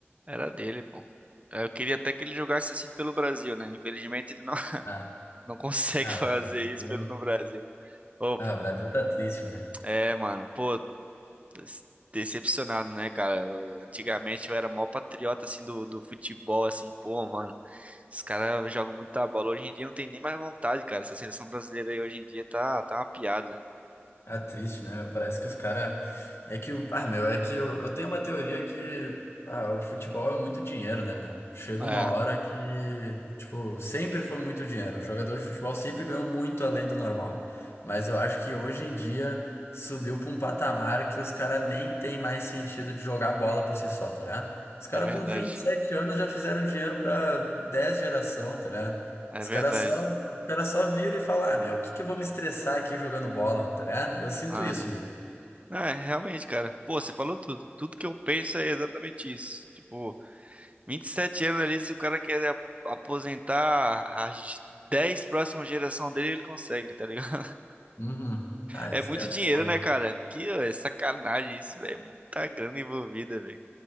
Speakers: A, on the right (about 30°); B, on the left (about 70°).
A: era dele, pô. Eu queria até que ele jogasse assim pelo Brasil, né? Infelizmente ele não, <laughs>
B: Ah,
A: não consegue
B: ah,
A: fazer
B: o Brasil...
A: isso pelo no Brasil. Ô,
B: ah, o Brasil tá triste, né?
A: é, mano, pô, des- decepcionado, né, cara? Eu- antigamente eu era mó patriota, assim, do, do futebol, assim, pô, mano, os caras jogam muita bola. Hoje em dia não tem nem mais vontade, cara. Essa seleção brasileira aí hoje em dia tá, tá uma piada.
B: Ah, triste, né, meu? Parece que os caras. É que o. Ah, meu, é que eu, eu tenho uma teoria que. Ah, o futebol é muito dinheiro, né, meu? Chega
A: É,
B: uma hora que. Tipo, sempre foi muito dinheiro. O jogador de futebol sempre ganhou muito além do normal. Mas eu acho que hoje em dia subiu pra um patamar que os caras nem tem mais sentido de jogar bola por si só, tá ligado? Os caras
A: é verdade.
B: com vinte e sete anos já fizeram dinheiro pra 10 geração, tá ligado?
A: É
B: Os
A: verdade.
B: caras só. O cara só vira e fala, ah, meu, o que que eu vou me estressar aqui jogando bola, tá ligado? Eu sinto
A: Ah,
B: isso, mano
A: É, realmente, cara. Pô, você falou tudo. Tudo que eu penso é exatamente isso. Tipo, 27 anos ali, se o cara quer ap- aposentar as 10 próximas gerações dele, ele consegue, tá ligado? <laughs>
B: Uhum. Ah,
A: É
B: isso
A: muito
B: que é
A: dinheiro,
B: foda,
A: né,
B: mano.
A: cara? Que ó, é sacanagem isso, velho. É Muita grana envolvida, velho.